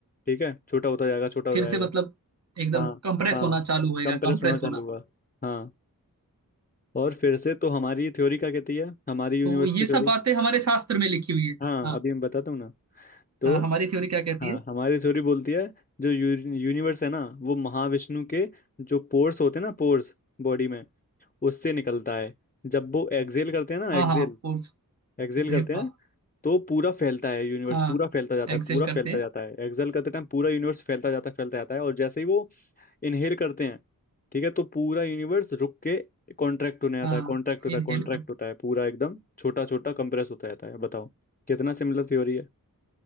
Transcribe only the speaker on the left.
ठीक है छोटा होता जाएगा छोटा होता
जाएगा
हाँ
हाँ
कंप्रेस
होना चालू
हुआ हाँ और फिर से तो हमारी थ्योरी क्या कहती है हमारी यूनिवर्स
की थ्योरी
हाँ
अभी मैं बताता हूँ ना तो
हाँ
हमारी थ्योरी बोलती है जो यू, यूनिवर्स है ना वो महाविष्णु के जो पोर्स होते हैं ना पोर्स बॉडी में उससे निकलता है जब वो एक्सहेल करते हैं ना
एक्सहेल
एक्सहेल
करते हैं
तो पूरा फैलता है यूनिवर्स
पूरा फैलता जाता
है पूरा
फैलता
जाता है एक्सहेल करते टाइम पूरा यूनिवर्स फैलता जाता है फैलता जाता है और जैसे ही वो इनहेल करते हैं ठीक है तो पूरा यूनिवर्स रुक के कॉन्ट्रैक्ट होने आता
है कॉन्ट्रैक्ट होता
है कॉन्ट्रैक्ट
होता है पूरा एकदम छोटा छोटा कंप्रेस होता जाता है बताओ कितना सिमिलर थ्योरी है